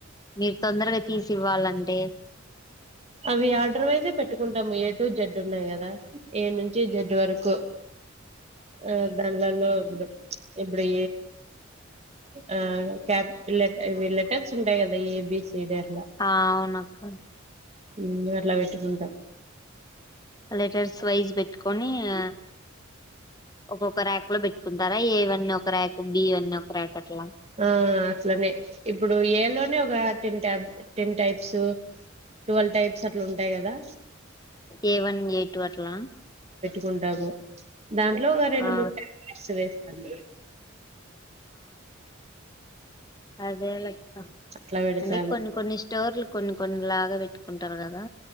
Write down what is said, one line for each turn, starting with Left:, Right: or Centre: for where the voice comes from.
Left: మీరు తొందరగా తీసి ఇవ్వాలంటే
Right: అవి ఆర్డర్ వైజే పెట్టుకుంటాము ఏ టు జడ్డు ఉన్నాయి కదా ఏ నుంచి జడ్ వరకు ఆ దానిలలో ఇప్పుడు ఇప్పుడే ఆ క్యాప్ ల లెటర్స్ ఉంటాయి కదా ఎబి సి డి అట్
Left: ఆ అవ్వునాక
Right: ముందు అట్లా పెట్టుకుంటాం
Left: లెటర్స్ వైజ్ పెట్టుకొని ఆ ఒక్కొక్క ర్యాకులో పెట్టుకుంటారా ఏ వన్ ఒక ర్యాకు బి వన్ ఒక ర్యాక్ అట్లా
Right: ఆ అట్లనే ఇప్పుడు ఏ లోనే ఒక ten tub ten types twelve types అట్లుంటై కదా
Left: ఏ వన్ ఎ టు అట్లా
Right: కుంటాదో దాంట్లో ఒక రెండు
Left: ఆ
Right: మూడుస్ వేస్తాను
Left: అదేలెక్క
Right: అట్లా పెడతాము
Left: అంటే కొన్ని కొన్ని ష్టోర్లు కొన్ని కొన్ని లాగా పెట్టుకుంటారు కదా